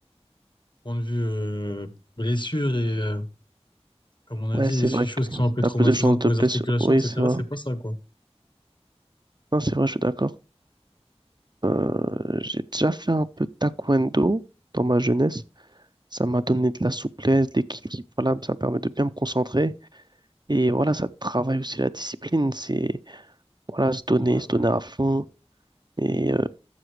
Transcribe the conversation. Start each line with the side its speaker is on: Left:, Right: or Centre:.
Left: point de vue euh, blessure et euh, comme on a
Right: Ouais,
Left: dit,
Right: c'est
Left: ces
Right: vrai
Left: choses
Right: que
Left: qui sont un peu
Right: t'as
Left: traumatisantes
Right: plus de chances de
Left: pour
Right: blessure.
Left: les articulations,
Right: Oui,
Left: etc.
Right: c'est vrai.
Left: C'est pas ça, quoi.
Right: Non, c'est vrai, je suis d'accord. Euh, j'ai déjà fait un peu de taekwondo dans ma jeunesse. Ça m'a donné de la souplesse, de l'équilibre. Voilà, ça me permet de bien me concentrer. Et voilà, ça travaille aussi la discipline. C'est voilà, se donner,
Left: C'est vrai.
Right: se
Left: ouais.
Right: donner à fond. Et euh,